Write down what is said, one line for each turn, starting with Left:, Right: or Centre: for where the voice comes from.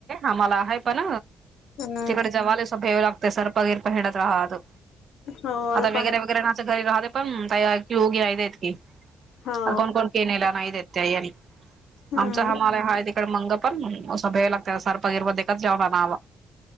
Right: आम्हाला आहे पण
Left: हम्म
Right: तिकडे जवाला ेव लागते सर्पगरप हिडत रा हा अ
Left: हो
Right: आता
Left: पाण्या
Right: वेैरे वगैर च्या घरी राहते पण का ओगी नाही देत कीता
Left: हो
Right: कोण कोण के नला नाही देत त्याई आणि
Left: हम्म
Right: आमचा हमाला हा आहे तिकडे मंग पण असं भ्याय लागत सरपगिरवा दे जेवणा नावा